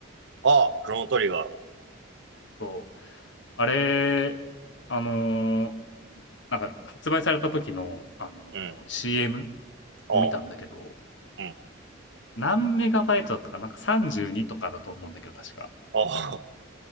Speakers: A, on the right; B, on the left.
A: ああ、クロノトリガー。
B: そう。あれ、あのーなんか、発売された時の、あのー
A: うん。
B: CM
A: ああ、
B: を見たんだけど、
A: うん。
B: 何メガバイトだったかななんか32とかだと思うんだけど、確か。
A: ああ。